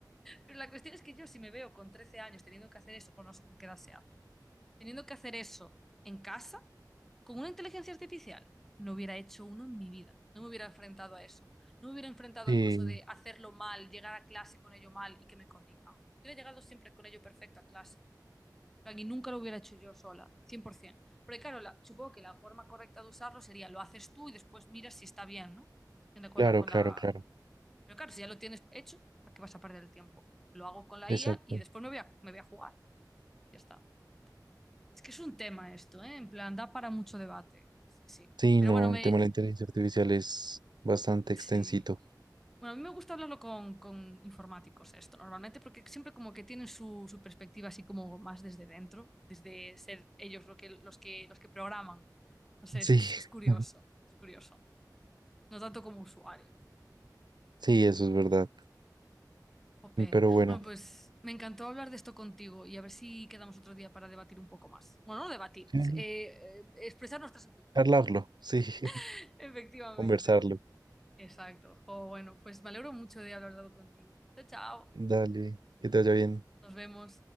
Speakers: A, in the centre; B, on the right.
A: Pero la cuestión es que yo si me veo con 13 años teniendo que hacer eso, pues no sé con qué edad se hace Teniendo que hacer eso en casa, con una inteligencia artificial, no hubiera hecho uno en mi vida. No me hubiera enfrentado a eso. No me hubiera enfrentado
B: Sí,
A: al coso de hacerlo mal, llegar a clase con ello mal y que me corrijan. Hubiera llegado siempre con ello perfecto a clase. En plan, Y nunca lo hubiera hecho yo sola, 100%. Porque claro, la- supongo que la forma correcta de usarlo sería lo haces tú y después miras si está bien, ¿no? En la- Con
B: claro,
A: la, con
B: claro,
A: la...
B: claro.
A: Pero claro, si ya lo tienes hecho, ¿para qué vas a perder el tiempo? Lo hago con la
B: Exacto.
A: IA y después me voy a, me voy a jugar. Y ya está. Es que es un tema esto, ¿eh? En plan, da para mucho debate. Sí, sí.
B: Sí,
A: Pero
B: no,
A: bueno, me.
B: el tema de la inteligencia artificial es bastante
A: Sí.
B: extensito.
A: Bueno, a mí me gusta hablarlo con, con informáticos esto, normalmente, porque siempre como que tienen su, su perspectiva así como más desde dentro, desde ser ellos lo que, los que, los que programan. No sé,
B: Sí,
A: es, es- es curioso,
B: <laughs>
A: es curioso. No tanto como usuario.
B: sí, eso es verdad.
A: Jope.
B: Pero bueno,
A: Bueno, pues me encantó hablar de esto contigo y a ver si quedamos otro día para debatir un poco más. Bueno, no debatir,
B: sí,
A: eh, eh, expresar nuestras opiniones.
B: hablarlo, sí,
A: <laughs> Efectivamente.
B: <laughs> conversarlo.
A: Exacto. Jo, bueno, pues me alegro mucho de haber hablado contigo. Chao, chao.
B: Dale, que te vaya bien.
A: Nos vemos.